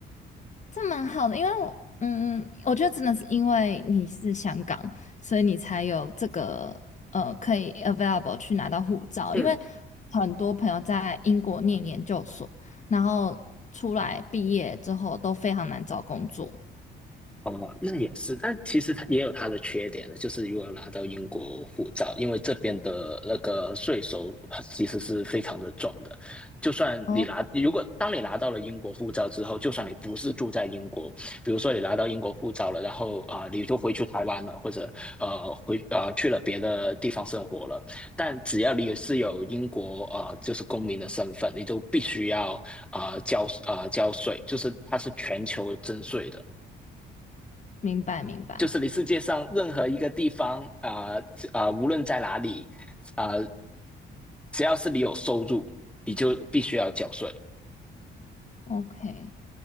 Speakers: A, on the left (about 35°); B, in the centre.
A: 这蛮好的，因为我，嗯，我觉得真的是因为你是香港，所以你才有这个呃，可以 available 去拿到护照。
B: 嗯。
A: 因为很多朋友在英国念研究所，然后出来毕业之后都非常难找工作。
B: 哦，那也是，但其实它也有它的缺点，就是如果拿到英国护照，因为这边的那个税收其实是非常的重的。就算你拿，
A: 哦，
B: 如果当你拿到了英国护照之后，就算你不是住在英国，比如说你拿到英国护照了，然后啊、呃你就回去台湾了，或者呃回呃去了别的地方生活了，但只要你是有英国呃就是公民的身份，你就必须要啊、呃交啊、呃交税，就是它是全球征税的。
A: 明白明白
B: 就是你世界上任何一个地方啊啊、呃呃无论在哪里啊、呃只要是你有收入，你就必须要缴税。
A: ，OK。